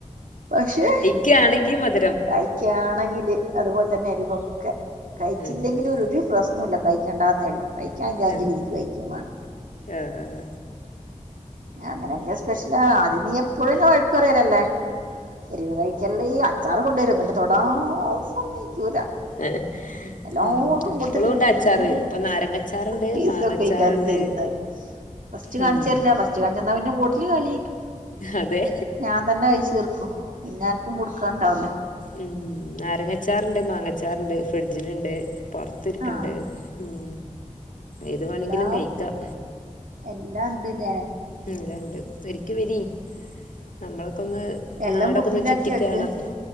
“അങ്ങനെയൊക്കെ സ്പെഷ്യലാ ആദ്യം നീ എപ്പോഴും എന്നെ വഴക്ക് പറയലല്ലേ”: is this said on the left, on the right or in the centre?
Right